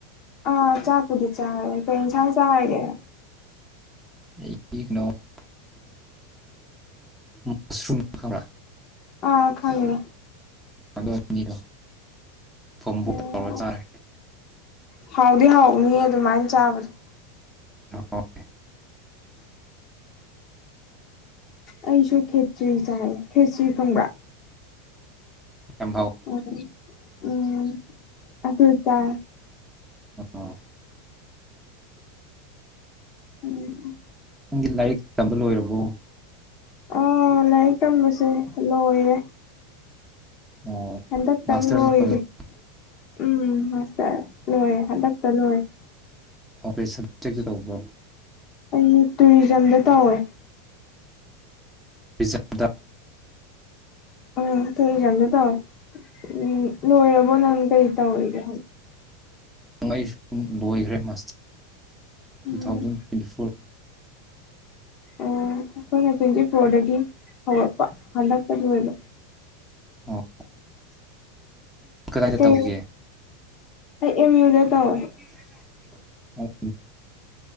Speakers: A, on the left; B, in the centre.
A: ꯑꯥ ꯆꯥꯛꯄꯨꯗꯤ ꯆꯥꯔꯦ ꯀꯩ ꯑꯦꯟꯁꯥꯡ ꯆꯥꯔꯒꯦ
B: <unintelligible> ꯃꯁꯔꯨꯝ ꯈꯪ
A: ꯑ ꯊꯪꯃꯦ
B: ꯑꯗꯨ ꯑꯅꯤꯗꯣ ꯐꯣꯝ
A: ꯎꯝ
B: ꯇꯧ ꯆꯥꯔꯦ
A: ꯍꯥꯎꯗꯤ ꯍꯥꯎꯅꯤ ꯑꯗꯨꯃꯥꯏꯅ ꯆꯥꯕꯗꯣ
B: ꯑꯣ
A: ꯑꯩꯁꯨ ꯈꯦꯇ꯭ꯔꯤ ꯆꯥꯏꯔꯦ ꯈꯦꯇ꯭ꯔꯤ ꯈꯪꯕ꯭ꯔꯥ
B: ꯌꯥꯝꯚꯥꯎ
A: ꯎꯝ ꯎꯝ ꯑꯗꯨ ꯆ
B: ꯑꯣ
A: ꯎꯝ
B: ꯅꯪꯒꯤ ꯂꯥꯏꯔꯤꯛ ꯇꯝꯕ ꯂꯣꯏꯔꯕꯣ
A: ꯑꯥ ꯂꯥꯏꯔꯤꯛ ꯇꯝꯕꯁꯦ ꯂꯣꯏꯔꯦ
B: ꯑꯣ
A: ꯍꯟꯗꯛꯇꯪ
B: ꯃꯥꯁꯇꯔ
A: ꯂꯣꯏꯔꯦ
B: ꯂꯣꯏꯔꯕꯣ
A: ꯎꯝ ꯃꯥꯁꯇꯔ ꯂꯣꯏꯔꯦ ꯍꯟꯗꯛꯇ ꯂꯣꯏꯔꯦ
B: ꯑꯣꯀꯦ ꯁꯞꯖꯦꯛꯇ ꯇꯧꯕ꯭ꯔꯣ
A: ꯑꯩ ꯇꯨꯔꯤꯖꯝꯗ ꯇꯧꯋꯦ
B: ꯖꯥꯗ
A: ꯑ ꯊꯣꯛꯣꯏꯏꯀꯥꯟꯗꯣ ꯇꯧꯦ ꯎꯝ ꯂꯣꯏꯔꯕꯣ ꯅꯪ ꯀꯔꯤ ꯇꯧꯔꯤꯒꯦ
B: ꯑꯩ ꯁꯨꯝ ꯂꯣꯏꯈ꯭ꯔꯦꯁꯇ
A: um
B: two thousand twenty four
A: ꯑꯣ ꯑꯩꯈꯣꯏꯅ ꯇ꯭ꯋꯦꯟꯇꯤ ꯐꯣꯔꯗꯒꯤ ꯍꯧꯔꯛꯄ ꯍꯟꯗꯛꯄ ꯂ ꯑꯣꯏꯕ
B: ꯑꯣ ꯀꯗꯥꯏꯗ
A: ꯎ
B: ꯇꯧꯒꯦ
A: ꯑꯩ ꯑꯦꯝ ꯌꯨꯗ ꯇꯑꯣꯦ
B: ꯎ ꯑꯣ